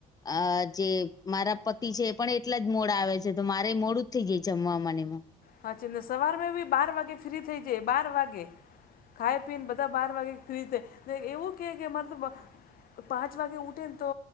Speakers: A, on the left; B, on the left.
A: અ જે મારા પતિ છે એ પણ એટલા જ મોડા આવે છે, તો મારેય મોડું જ થઈ જાય જમવામાં ને એમાં.
B: હા છે ને સવાર મે બી બાર વાગે ફ્રી થઇ જાઇએ, બાર વાગે. ખાય પીને બધા બાર વાગે સુઈ જાય, તે એવું કે કે મારે તો પાંચ વાગે ઉઠેન તો